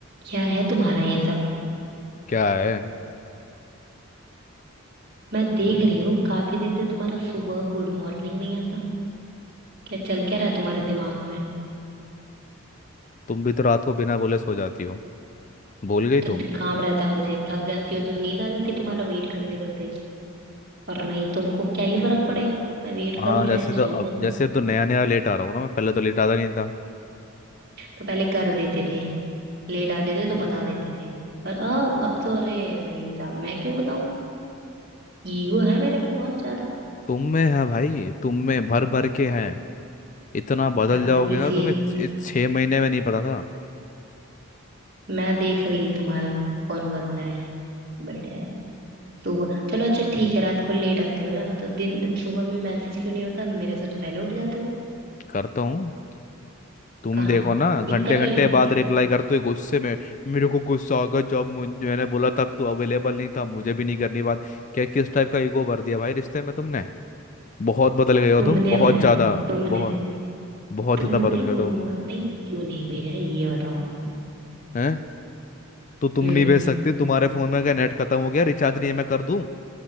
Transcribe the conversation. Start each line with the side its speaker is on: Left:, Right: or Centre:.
Right: क्या है तुम्हारा ये सब
Left: क्या है
Right: मैं देख रही हूँ काफी दिन से तुम्हारा सुबह गुड मॉर्निंग नहीं आता क्या चल क्या रहा है तुम्हारे दिमाग में
Left: तुम भी तो रात को बिना बोले सो जाती हो भूल गई
Right: तो
Left: तुम
Right: काम रहता है मुझे थक जाती हो तो नींद आ जाती है तुम्हारा वेट करते करते पर नहीं तुमको क्या ही फर्क पड़ेगा मैं वेट
Left: हाँ
Right: करूँ
Left: जैसे
Right: चाहे जो
Left: तो अब
Right: करूँ
Left: जैसे तो नया नया लेट आ रहा हूँ ना मैं पहले तो लेट आता नहीं था
Right: तो पहले कर देते थे लेट आते थे तो बता देते थे पर अब अब तो अरे भाई साहब मैं क्यों बताऊँ ईगो है मेरे में बहुत ज्यादा
Left: तुम में है भाई तुम में भर भर के है इतना बदल
Right: क्या
Left: जाओगे
Right: पता किसी
Left: ना तुम्हें छ- इस छह महीने में नहीं पता था
Right: मैं देख रही तुम्हारा कौन बदला है बढ़िया है। सुबह चलो अच्छा ठीक है रात को लेट आते हो ना तो दिन सुबह में मैसेज क्यों नहीं होता मेरे से तो पहले उठ जाते हो
Left: करता हूँ तुम
Right: कहाँ
Left: देखो ना घंटे
Right: दिखता
Left: घंटे
Right: क्यों नहीं
Left: बाद रिप्लाई करते हो गुस्से में मेरे को गुस्सा आ गया जब मुझ- मैंने बोला तब तू अवेलेबल नहीं था मुझे भी नहीं करनी बात क्या किस टाइप का ईगो भर दिया भाई रिश्ते में तुमने बहुत बदल गए हो
Right: तुमने
Left: तुम बहुत
Right: भरा है
Left: ज्यादा
Right: तुमने
Left: बहुत बहुत
Right: तुमने
Left: ज्यादा बदल गए
Right: गुड
Left: तुम
Right: मॉर्निंग क्यों नहीं भेजा है, ये बताओ हमको
Left: हैं तो तुम
Right: हम्म
Left: नहीं भेज सकते तुम्हारे फोन में क्या नेट खत्म हो गया रिचार्ज नहीं है मैं कर दूं